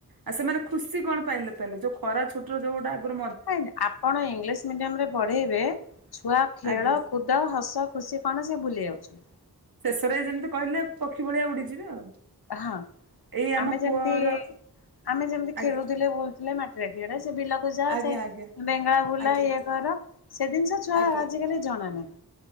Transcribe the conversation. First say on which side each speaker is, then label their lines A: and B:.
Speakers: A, on the right; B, on the left.
A: ଆଉ ସେମାନେ ଖୁସି କଣ ପାଇଲେ ତାହେଲେ ଯୋଉ ଖରା ଛୁଟିରୁ ଯୋଉଡ଼ା ଆଗୁରୁ
B: <unintelligible> ଆପଣ ଇଗ୍ଲିସ୍ ମିଡିୟମରେ ପଢେଇବେ ଛୁଆ ଖେଳ
A: ଆଜ୍ଞା
B: କୁଦ ହସ ଖୁସି କଣ ସିଏ ଭୁଲି ଯାଉଛନ୍ତି।
A: ଶେଷରେ ଯେମିତି କହିଲେ ପକ୍ଷୀ ଭଳିଆ ଉଡିଯିବେ ଆଉ।
B: ହଁ
A: ଏଇ ଆମ
B: ଆମେ
A: ପୁଅର
B: ଯେମିତି ଆମେ ଯେମିତି
A: ଆଜ୍ଞା
B: ଖେଳୁଥିଲେ ବୁଲୁଥିଲେ ମା ଡ <inaudible> ସେ ବିଲକୁ ଯାଆ
A: ଆଜ୍ଞା
B: ସେ
A: ଆଜ୍ଞା
B: ବେଙ୍ଗେଳା ବୁଲା
A: ଆଜ୍ଞା
B: ଇଏ କର ସେ ଦିନିଷ ଛୁଆ
A: ଆଜ୍ଞା
B: ଆଜିକାଲି ଜଣା ନାହିଁ।